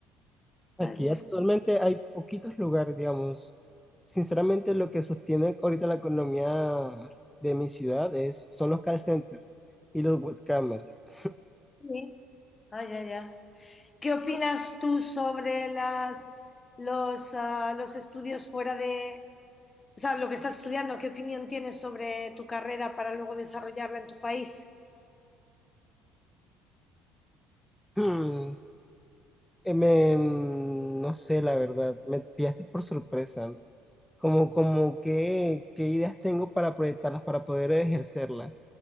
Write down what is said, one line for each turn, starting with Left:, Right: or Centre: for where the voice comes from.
Centre: Aquí
Left: ¿Sabes? No
Centre: actualmente
Left: es...
Centre: hay poquitos lugares, digamos. Sinceramente, lo que sostiene ahorita la economía de mi ciudad es, son los call centers y los webcamers. <clears throat>
Left: Sí. Ah, ya, ya. ¿Qué opinas tú sobre las, los, ah, los estudios fuera de, o sea, lo que estás estudiando? ¿Qué opinión tienes sobre tu carrera para luego desarrollarla en tu país?
Centre: Hmm, eh, me- mm, no sé, la verdad, me pillaste por sorpresa. Como, como qué, qué ideas tengo para proyectarlas, para poder ejercerlas.